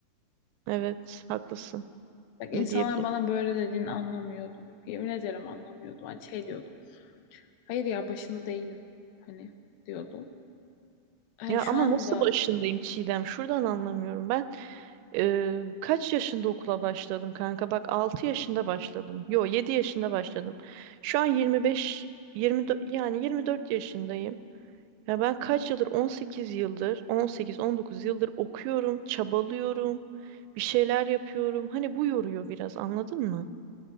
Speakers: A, on the right (about 85°); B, on the left (about 80°).
A: Evet haklısın.
B: Bak insanlar
A: Ne diyebilirim?
B: bana böyle dediğini anlamıyordum. Yemin ederim anlamıyordum. Hani şey diyordum. Hayır ya başında değilim. Hani diyordum. Yani
A: Ya
B: şu
A: ama
B: anda
A: nasıl başındayım Çiğdem? Şuradan anlamıyorum ben. Ee, kaç yaşında okula başladım kanka? Bak 6 yaşında başladım. Yo 7 yaşında başladım. Şu an yirmi 24 yani 24 yaşındayım. Ya ben kaç yıldır 18 yıldır on sekiz on dokuz yıldır okuyorum, çabalıyorum, bir şeyler yapıyorum. Hani bu yoruyor biraz anladın mı?